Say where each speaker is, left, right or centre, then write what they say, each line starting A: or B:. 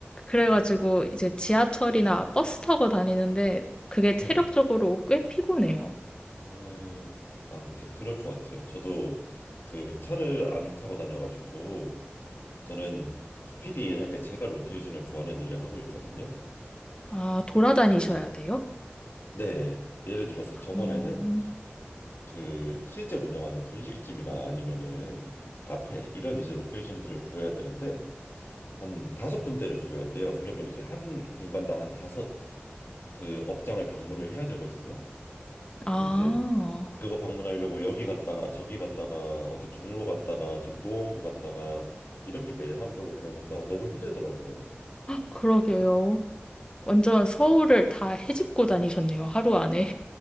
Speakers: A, on the left (about 25°); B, on the left (about 65°).
A: 그래가지고 이제 지하철이나 버스 타고 다니는데 그게 체력적으로
B: 네.
A: 꽤 피곤해요.
B: 음, 아, 근데 그럴 것 같아요. 저도 그 차를 안 타고 다녀가지고, 저는 그 피디 일할 때 제가 로케이션을 구하는 일을 하고 있거든요.
A: 아, 돌아다니셔야
B: 그럼, 이제-
A: 돼요?
B: 네. 예를 들어서 저번에는
A: 어,
B: 그 실제 운영하는 분식집이나 아니면은 카페, 이런 이제 로케이션들을 구해야 되는데, 한 다섯 군데를 구해야 돼요. 그러면 이제 한 공간당 한 다섯 그 업장을 방문을 해야 되거든요.
A: 아,
B: 그럼 이제 그거 방문하려고 여기 갔다가 저기 갔다가 어디 종로 갔다가 저기 노원구 갔다가 이렇게 매일 하루 종일 보내는데 어, 너무 힘들더라고요.
A: 그러게요. 완전 서울을 다 헤집고 다니셨네요, 하루 안에.